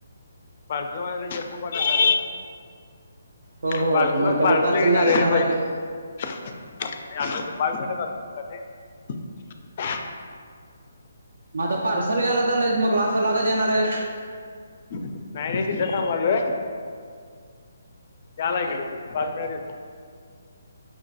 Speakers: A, on the left; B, on the right.
A: पार्सलवाल्या येतो पण का
B: हो हो
A: पार्सल
B: मग कधी
A: पार्सल येणार
B: द्यायला
A: आहे रे बहिणी
B: ते
A: नाही आता पाच मिनिटात
B: माझं पार्सल घ्यायला चालंलायस मग कधी लागत येणार येस.
A: नाही नाही तिथं थांबायलोय. झाल्या इकडच पाच मिनिटात येतो.